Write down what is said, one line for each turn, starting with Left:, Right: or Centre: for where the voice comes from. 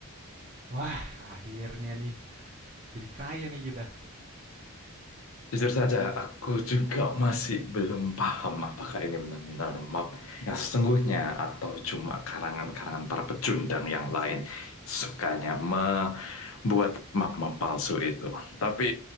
Right: Wah, akhirnya nih. Jadi kaya nih kita.
Left: Jujur saja, aku juga masih belum paham apakah ini benar-benar map yang sesungguhnya atau cuma karangan-karangan para pecundang yang lain sukanya membuat map-map palsu itu. Tapi